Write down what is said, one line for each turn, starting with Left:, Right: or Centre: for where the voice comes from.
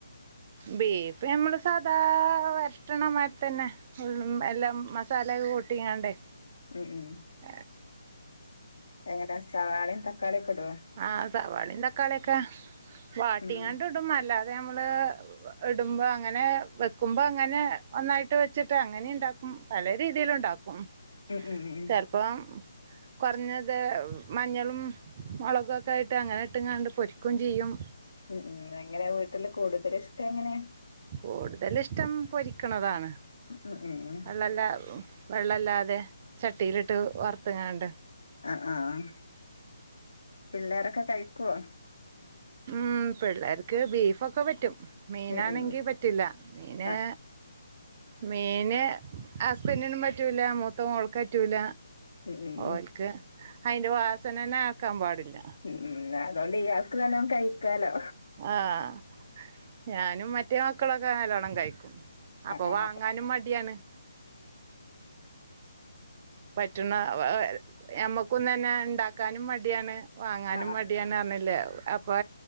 Right: ബീഫ് നമ്മള് സാദാ വരട്ടണമായിരിത്തന്നെ. മ്മ്ഹ് എല്ലം മസാലയൊക്കെ കൂട്ടീങ്ങാണ്ടെ
Left: മ്മ്ഹ് മ്മ്ഹ്
Right: ഏഹ്
Left: എങ്ങനാ സവാളയും തക്കാളിയൊക്കിടുവോ?
Right: ആഹ് സവാളീം തക്കാളിയൊക്കെ വാട്ടിങ്ങാണ്ട്
Left: ഉം
Right: ഇടും അല്ലാതെ നമ്മള് ഇടുമ്പോ അങ്ങനെ വെക്കുമ്പോ അങ്ങനെ ഒന്നായിട്ട് വെച്ചിട്ട് അങ്ങനെ ഇണ്ടാക്കും പല രീതിയില്ണ്ടാക്കും. ക്കും
Left: ഉം ഉം ഉം
Right: ചെലപ്പോം കൊറഞ്ഞത് മഞ്ഞളും മുളകൊക്കെ ഇട്ട് അങ്ങനെ ഇട്ട്ങ്ങാണ്ട് പൊരിക്കും ചെയ്യും.
Left: മ്മ് മ്മ് എങ്ങനെയാ വീട്ടില് കൂടുതലിഷ്ടെങ്ങനെയാ?
Right: കൂടുതലിഷ്ടം പൊരിക്കണതാണ്.
Left: ഉം ഉം ഉം
Right: വെള്ളല്ല വെള്ളല്ലാതെ ചട്ടിയിലിട്ട് വറുത്തങ്ങാണ്ട്.
Left: അഹ് ആഹ്. പിള്ളേരൊക്കെ കഴിക്കുവോ?
Right: മ്മ്ഹ് പിള്ളേർക്ക് ബീഫൊക്കെ പറ്റും മീനാണെങ്കി
Left: ഉം ഉം
Right: പറ്റ് റ്റില്ല. മീനെ
Left: ആഹ്
Right: മീന് ഹസ്ബൻഡിനും പറ്റൂല, മൂത്ത മോൾക്ക്‌ പറ്റൂല.
Left: ഉം
Right: ഓൽക്ക്
Left: ഉം
Right: അയിന്റെ വാസനന്നെ കേക്കാൻ പാടില്ല.
Left: മ്മ്ഹ് അതുകൊണ്ട് ഇയാൾക്ക് നല്ലോ കഴിക്കാലോ?
Right: ആഹ് ഞാനും മറ്റേ മക്കളൊക്കെ നല്ലോണം കഴിക്കും. അപ്പൊ
Left: ആഹ്
Right: വാങ്ങാനും മടിയാണ്. പറ്റുണ ഞമ്മക്കും തന്നെ ഇണ്ടാക്കാനും മടിയാണ്. വാങ്ങാനും
Left: ആഹ്
Right: മടിയാന്നറിഞ്ഞില്ലേ. അപ്പൊ